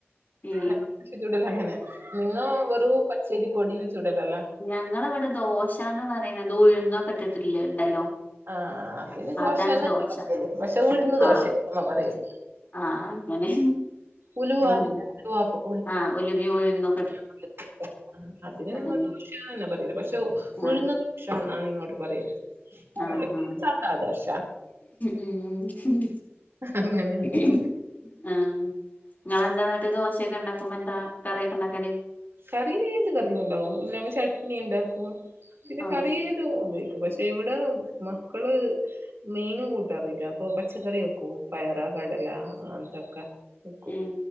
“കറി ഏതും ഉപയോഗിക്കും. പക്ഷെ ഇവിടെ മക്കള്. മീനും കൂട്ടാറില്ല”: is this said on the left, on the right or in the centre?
Right